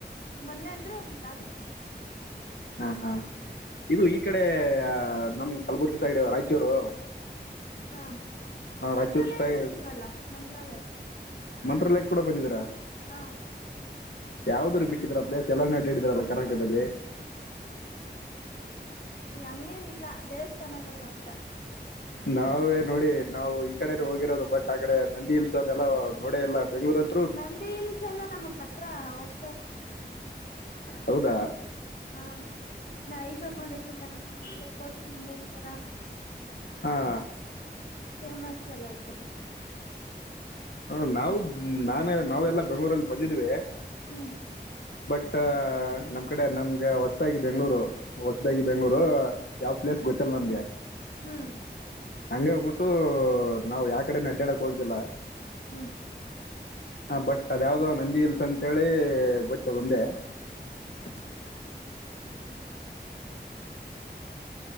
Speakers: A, on the left; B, on the left.
A: ಮೊನ್ನೆ ಅಂದ್ರೆ ಒಂದು ಲಾಸ್ಟ್
B: ಹಾ ಹಾ ಇದು ಈಕಡೆ ನಮ್ ಕಲಬುರ್ಗಿ ಸೈಡ್ ರಾಯಚೂರು
A: ಹಾ
B: ಹಾ
A: ಮಂತ್ರಾಲಯಕ್ಕೆ
B: ರಾಯಚೂರು ಸ್ಟೈ
A: ಬಂದಿದೀವಲ್ಲಾ ಮಂತ್ರಾಲಯ.
B: ಮಂತ್ರಾಲಯ ಕೂಡ ಬಂದಿದೀರಾ.
A: ಹಾ
B: ಯಾವ್ದ್ರು ಬಿಟ್ಟಿದ್ರ ಪ್ಲೇಸ್ ಎಲ್ಲ ನಡ್ಡಿದರಲ್ಲ ಕರ್ನಾಟದಲ್ಲಿ
A: ಈ ಹಂಗೇನ ಇಲ್ಲ ದೇವಸ್ಥಾನಗಳ ಮಾತ್ರ
B: ನಾವುವೆ ನೋಡಿ ನಾವು ಈ ಕಡೆ ಹೋಗಿರೋದು ಬಟ್ ಆ ಕಡೆ ನಂದಿ ಹಿಲ್ಸ್ ಅದೆಲ್ಲ ನೋಡೇ ಇಲ್ಲ ಬೆಂಗಳೂರ್ ಅಂತ್
A: ನಂದಿ ಹಿಲ್ಸ್ ಎಲ್ಲಾ ನಮಗ್ ಹತ್ರ ನಾ ಹೋಗ್ತಾ ಇರ್ತೀವಿ
B: ಹೌದಾ
A: ಹಾಂ ನಾ ಈಶಾ ಫೌಂಡೇಶನ್ ಅಲ್ಲಿ ಕೋಟಿ ಲಿಂಗೇಶ್ವರ
B: ಹಾಂ
A: ಫೇಮಸ್ ಅಲ್ಲ ಈ ಕಡೆ
B: ಹಾಂ ನಾವು ನಾನೇ ನಾವೆಲ್ಲಾ ಬೆಂಗಳೂರಲ್ಲಿ ಬಂದಿದ್ವಿ
A: ಹ್ಮ್
B: ಬಟ್ ನಮ್ ಕಡೆ ನಮ್ಗೆ ಹೊಸದಾಗಿ ಬೆಂಗ್ಳೂರು ಹೊಸದಾಗಿ
A: ಹ್ಮ್
B: ಬೆಂಗ್ಗಳೂರು ಯಾವ್ ಪ್ಲೇಸ್ ಗೊತ್ತಲ್ಲ ನಮ್ಗೆ
A: ಹ್ಮ್
B: ಹಂಗೆ ಹೊಗ್ ಬಿಟ್ಟು ನಾವು ಯಾ ಕಡೆನು ಅಡ್ಡಾಡಕ್ ಹೋಗ್ದಿಲ್ಲ
A: ಹ್ಮ್
B: ಹಾಂ ಬಟ್ ಅದ ಯಾವ್ದೋ ನಂದಿ ಹಿಲ್ಸ್ ಅಂತೇಳಿ ಗೊತ್ ಒಂದೇ
A: <unintelligible> <inaudible>